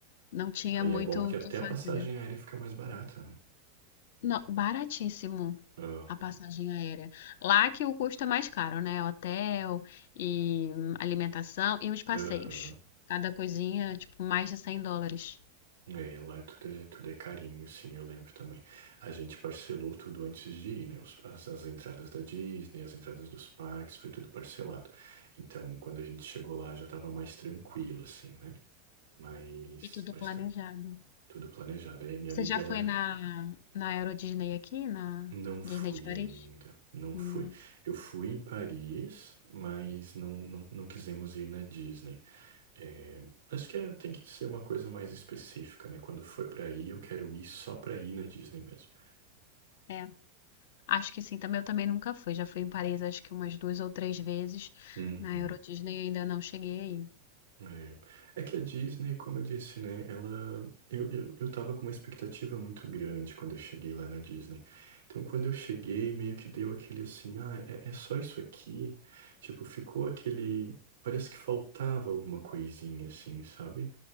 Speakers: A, on the left; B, on the right.
A: Não tinha
B: Aí
A: muito
B: é bom porque
A: o
B: até
A: que fazer.
B: a passagem aérea fica mais barata, né?
A: Não, baratíssimo.
B: Aham.
A: A passagem aérea. Lá que o custo é mais caro, né? Hotel e hum, alimentação e os passeios.
B: Aham.
A: Cada coisinha, tipo, mais de 100 dólares.
B: É, lá é tudo, é, tudo é carinho, sim, eu lembro também. A gente parcelou tudo antes de ir, né? Os- as, as entradas da Disney, as entradas dos parques, foi tudo parcelado. Então, quando a gente chegou lá, já estava mais tranquilo, assim, né? Mas,
A: E tudo
B: mas
A: planejado.
B: tá tudo planejado. Aí a minha
A: Você
B: amiga,
A: já
B: ela
A: foi na, na Euro Disney aqui, na
B: não fui
A: Disney de Paris?
B: ainda, não
A: Hum,
B: fui. Eu fui em Paris, mas não, não, não quisemos ir na Disney. É, Acho que é- tem que ser uma coisa mais específica, né? Quando for para ir, eu quero ir só para ir na Disney mesmo.
A: é, acho que sim. Também eu também nunca fui. Já fui em Paris, acho que umas duas ou três vezes.
B: Uhum.
A: Na Euro Disney ainda não cheguei aí.
B: É, é que a Disney, como eu disse, né, ela, eu, eu, eu tava com uma expectativa muito grande quando eu cheguei lá na Disney. Então, quando eu cheguei, meio que deu aquele assim, ah, é, é só isso aqui? Tipo, ficou aquele, parece que faltava alguma coisinha, assim, sabe?